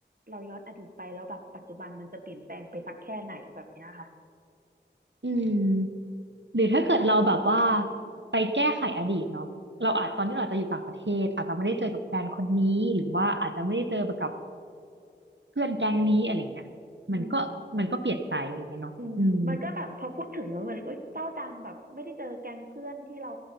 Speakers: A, on the right (about 50°); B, on the right (about 75°).
A: เราย้อนอดีตไปแล้วแบบปัจจุบันมันจะเปลี่ยนแปลงไปสักแค่ไหนแบบเนี้ยค่ะ
B: อืมหรือถ้าเกิดเราแบบว่าไปแก้ไขอดีตเนาะเราอาจตอนนี้เราอาจจะอยู่ต่างประเทศอาจจะไม่ได้เจอกับแฟนคนนี้หรือว่าอาจจะไม่ได้เจอกับเพื่อนแก๊งนี้อะไรเงี้ยมันก็มันก็เปลี่ยนไปอะไรเงี้ยเนาะอืม
A: อืม อืมมันก็แบบพอพูดถึงแล้วมันเอ้ยเศร้าจังแบบไม่ได้เจอแก๊งเพื่อนที่เรา